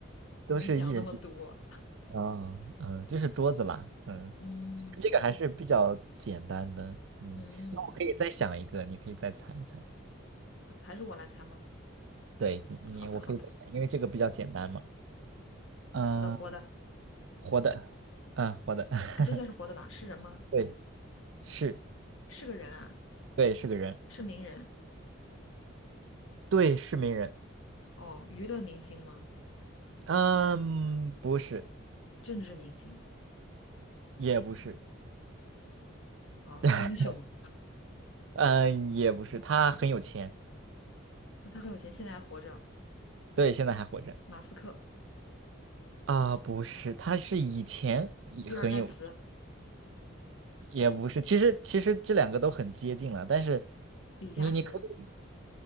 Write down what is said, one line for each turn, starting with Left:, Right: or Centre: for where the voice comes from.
Left: 我没想那么多。
Right: 都是一人。啊，嗯，就是桌子啦，嗯，
Left: 嗯
Right: 这个还是比较简单的，嗯，
Left: 嗯，
Right: 那我可以再想一个，你可以再猜一猜，
Left: 还是我来猜吗？
Right: 对你，你我可以再想，
Left: 好的，好的。
Right: 因为这个比较简单嘛，嗯，
Left: 死的活的
Right: 活的，嗯，活的，<laughs>
Left: 啊？这下是活的啦？是人吗？
Right: 对，是，
Left: 是个人啊？
Right: 对，是个人，
Left: 是名人
Right: 对，是名人，
Left: 哦？娱乐明星吗？
Right: 嗯，不是，
Left: 政治明星
Right: 也不是，
Left: 哦？
Right: <laughs>
Left: 英雄？
Right: 嗯，也不是，他很有钱，
Left: 那他很有钱，现在还活着。
Right: 对，现在还活着，
Left: 马斯克、
Right: 啊，不是，他是以前也很有。
Left: 比尔盖茨、
Right: 也不是，其实其实这两个都很接近了，但是
Left: 李嘉诚、
Right: 你你可以